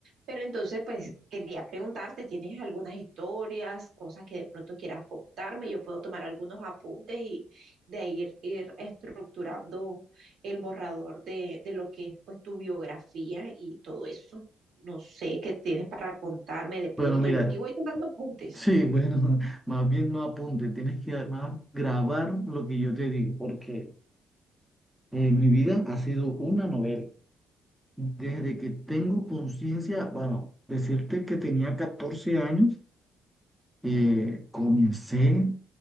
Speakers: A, on the right; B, in the centre.
A: Pero entonces, pues quería preguntarte, ¿tienes algunas historias, cosas que de pronto quieras contarme? Yo puedo tomar algunos apuntes y de ahí ir, ir estructurando el borrador de, de lo que es pues tu biografía y todo eso. No sé qué tienes para contarme de pronto.
B: Bueno, mira,
A: Yo aquí voy tomando apuntes.
B: sí, bueno, <laughs> más bien no apunte, tienes que además grabar lo que yo te digo, porque eh, mi vida ha sido una novela. Desde que tengo conciencia, bueno, decirte que tenía 14 años, eh, comencé